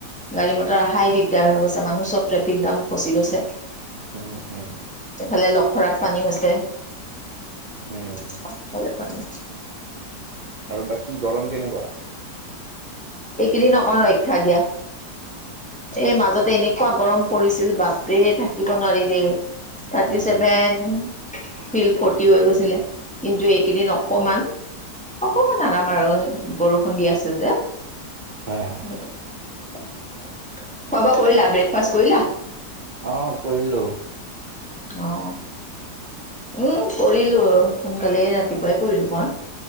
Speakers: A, in the centre; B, on the right.
A: গাড়ী মটৰ অহাই দিগদাৰ হৈ গৈছে মানুহ চব ট্ৰেফিক জাম ফচি গৈছে
B: উম হুম
A: এইফালে লখৰাত পানী হৈছে
B: উম,
A: চব ফালে পানী
B: আৰু বাকী গৰম কেনেকুৱা
A: এইকেইদিন অকন ৰক্ষা দিয়া এই মাজতে এনেকুৱা গৰম পৰিছিল বাপৰে থাকিব নোৱাৰি দে থাৰ্টি
B: উম,
A: ছেভেন ফিল ফৰটি হৈ গৈছিলে কিন্তু এইকেইদিন অকমান অকমান আৰাম আৰু বৰষুণ দি আছে যে
B: <unintelligible>
A: খোৱা বোৱা কৰিলা ব্ৰেকফাষ্ট কৰিলা
B: অ কৰিলো
A: অ এই কৰিলো আৰু সোনকালে ৰাতিপুৱাই কৰিলো মই